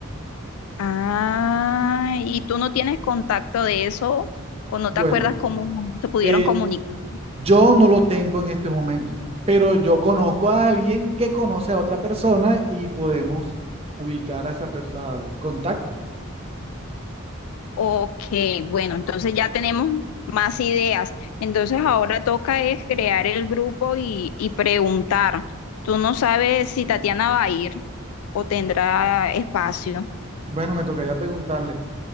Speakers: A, on the left; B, on the right.
A: Ah, ¿y tú no tienes contacto de eso o no
B: Bueno,
A: te acuerdas cómo se pudieron
B: eh,
A: comunicar?
B: yo no lo tengo en este momento, pero yo conozco a alguien que conoce a otra persona y podemos ubicar a esa persona al contacto.
A: Ok, bueno, entonces ya tenemos más ideas. Entonces ahora toca es crear el grupo y, y preguntar. Tú no sabes si Tatiana va a ir o tendrá espacio.
B: Bueno, me tocaría preguntarle.